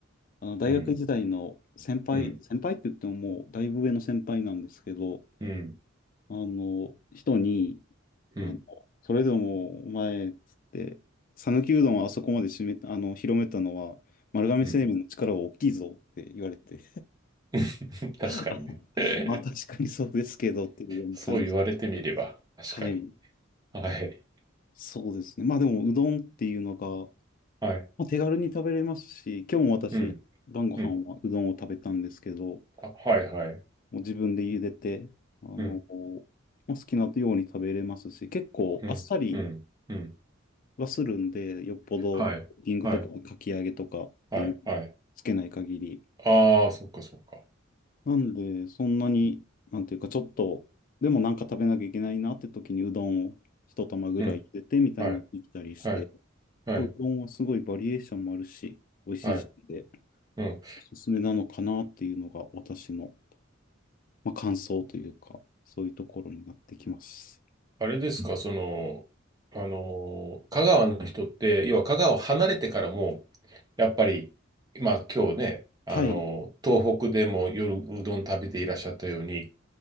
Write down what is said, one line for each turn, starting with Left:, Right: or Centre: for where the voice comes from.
Left: あの、大学時代の先輩、
Right: うん。うん。
Left: 先輩って言ってももう、だいぶ上の先輩なんですけど、
Right: うん。
Left: あの、人に、
Right: うん。
Left: あの、それでも、お前、っつって、讃岐うどんをあそこまで締めた、あの、広めたのは、丸亀製麺の力は大きいぞって言われて、
Right: うん。<laughs> 確かにね。
Left: <laughs> あ
Right: <laughs>
Left: まあ、確かにそうですけど、っていうような感じで。
Right: そう言われてみれば、確かに。
Left: はい、
Right: はい。
Left: そうですね。まあでも、うどんっていうのが、
Right: はい。
Left: まあ、手軽に食べれますし、今日も私、
Right: うん。
Left: 晩ご飯はうどんを食べたんですけど、
Right: うん。
Left: も
Right: あ、はい、はい。
Left: う自分で茹でて、あの、
Right: うん
Left: まあ、好きなように食べれますし、結構あっさり
Right: うん、うん、うん。
Left: はするんで、よっぽど、
Right: はい、
Left: リングとかかき揚げとかっていうのをつけない限り。
Right: はい、はい、はい。ああ、そっか、そっか。
Left: なんで、そんなに、
Right: うん、
Left: なんていうか、ちょっと、でもなんか食べなきゃいけないなって時にうどんを一玉ぐらい茹でてみたいなのできたりして、
Right: うんはい、はい、はい、
Left: ぱうどんはすごいバリエーションもあるし、美味しいしで、
Right: はい。うん。
Left: おすすめなのかなっていうのが私の、まあ、感想というか、そういうところになってきます。
Right: あれですか、その、あのー香川の人って、要は香川を離れてからも、やっぱり、まあ今日ね、あのー東北でも夜うどん食べていらっしゃったように、
Left: はい、